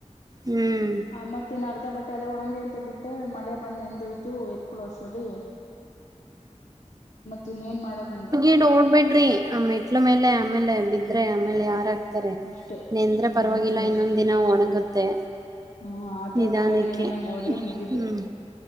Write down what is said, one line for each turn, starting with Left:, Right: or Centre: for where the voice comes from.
Left: <inaudible>
Right: ಹ್ಮ್
Left: ಆ ಮತ್ತೆ ನ ಅರ್ಧಪಟ್ಟ. <unintelligible> ತಲೆ ಒಣಗ್ಲಿ ಅಂತ ಬಿಟ್ಟೆ ಮಳೆ ಬಂದ್ ನೆಂದೋಯ್ತು ಎತ್ಕೊಳ್ಳೋ ಅಷ್ಟ್ರಲ್ಲಿ ಮತ್ತಿನ್ನೇನ್ ಮಾಡೋದನ್
Right: ಏನು ಓಡ್ಬೇಡ್ರಿ ಆ ಮೆಟ್ಲು ಮೇಲೆ ಆಮೇಲೆ ಬಿದ್ರೆ ಆಮೇಲೆ ಯಾರ್ ತರೆ,
Left: ಅಷ್ಟೇ
Right: ನೆಂದ್ರೆ ಪರ್ವಾಗಿಲ್ಲ
Left: ಅದಂತೂ ನಿಜ
Right: ಇನ್ನೊಂದ್ ದಿನ ಒಣಗುತ್ತೆ,
Left: ಹ್ಮ ಆತರಗೆಟ್ಟ
Right: ನಿಧಾನಕ್ಕೆ,
Left: ಅಂಜನ ನಂಗ ಹೋದ್ರೆ ಮುಗೀತು
Right: ಹ್ಮ್